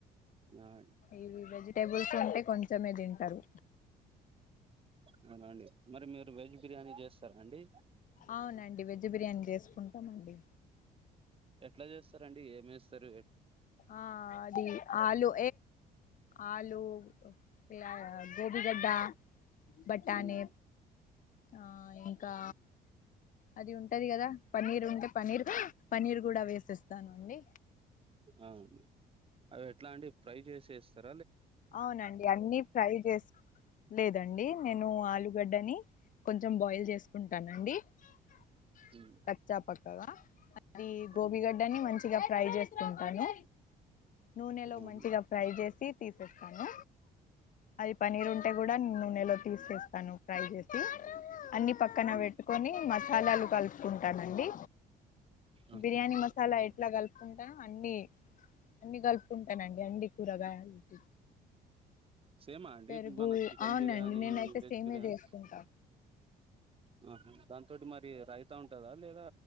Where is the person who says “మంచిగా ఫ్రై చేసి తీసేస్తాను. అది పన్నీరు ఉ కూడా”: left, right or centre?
Left